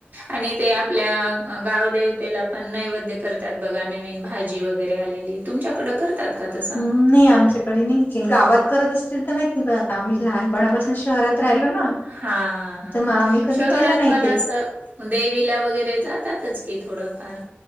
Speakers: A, on the right; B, on the left.
A: आणि ते आपल्या गावदेवतेला पण नैवेद्य करतात बघा नवीन भाजी वगैरे आलेली तुमच्याकडं करतात का तसं?
B: नाही आमच्याकडे नाही गावात करत असतील तर माहित नाही पण आता आम्ही लहानपणापासून शहरात राहिलो ना,
A: हा हा
B: तर मग आम्ही कधी
A: शहरात
B: केलं नाही
A: पण
B: ते.
A: असं देवीला वगैरे जातातच की थोडंफार